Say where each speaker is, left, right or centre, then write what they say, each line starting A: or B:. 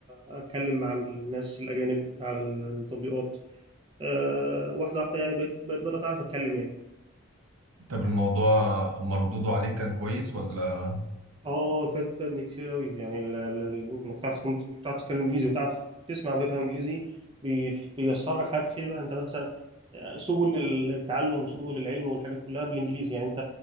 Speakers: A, on the right; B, on the right.
A: اتكلم مع الناس الاجانب على التطبيقات آه، واحده واحده يعني بقيت بقيت بدات اعرف اتكلم يعني
B: طب الموضوع مردوده عليك كان كويس ولا
A: اه فاد فادني كتير قوي يعني ال- ال- ال- انك بتعرف تكون بتعرف تتكلم انجليزي وبتعرف تسمع وتفهم انجليزي بي- بيسر لك حاجات كتير بقى انت مثلا آه، سبل التعلم وسبل العلم والحاجات كلها بالانجليزي يعني انت